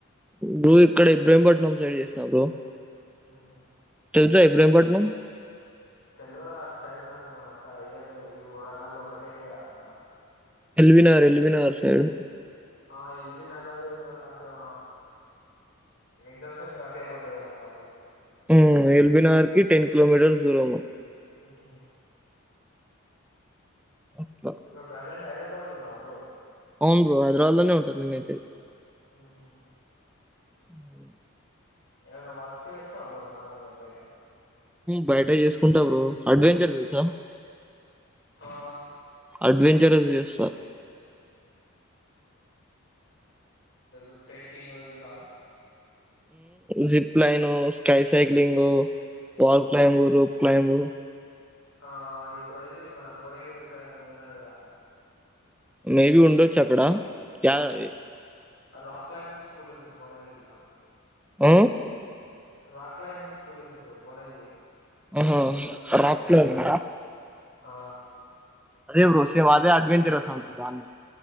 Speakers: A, in the centre; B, on the left.
A: బ్రొ ఇక్కడ భ్రేమపట్నం సైడ్ చేసిన బ్రొ
B: ఉహూ
A: తెలుసా ఈ బ్రౌమపట్నం
B: తెలవ అట్ సైడ్ నాకు అంత ఐడియా లేదు ఈ బరంగాల్లో ఒకటే అంత
A: ఎల్వినార్ ఎల్వినార్ సైడ్
B: ఆ ఎల్బి నగర్ అటు అ ఎక్జామ్ ఒ అదే సెంటర్ అ అట్టే పడ్డది నాకు అప్పుడు
A: ఉమ్ ఎల్బినర్కి టెన్ కిలోమీటర్స్ దూరము
B: ఊహు
A: అట్లా
B: ఇప్పుడు ప్రజెంట్ హైదరాబాద్ లో ఉన్నావ్ బ్రో
A: అవున్ బ్రొ హైదరాబాద్ లోనే ఉంటా నేనైతే
B: ఊహు
A: అవు
B: ఏమన్‌నా వర్క్ చేస్తావా నార్మల్గా బయట
A: బయట చేసుకుంటా బ్ర అడ్వెంచర్ తెలుసా
B: ఆ
A: అడ్వెంచరస్ చేస్తా
B: ఇ ట్రెకింగ్ ఇవా
A: zipline sky cycling wall climb rope climb
B: ఆ ఇప్పుడు ఇది మన భువనగిరి స ఉన్నది కద
A: మేబి ఉండొచ్చు అక్కడ యడది
B: రాక్ క్లైంబింగ్ స్కూల్ ఉంది భువనగిర్లా
A: ఉ
B: రాాక్ క్లైంబింగ్ స్కూల్ ఉంది ఇ బ్రో భువనగిరి
A: ఆహ రాక్లుంద
B: ఆ
A: అదే బ్రో సేవ్దే అడ్వెంచర్స్ అంట్ర దాన్ని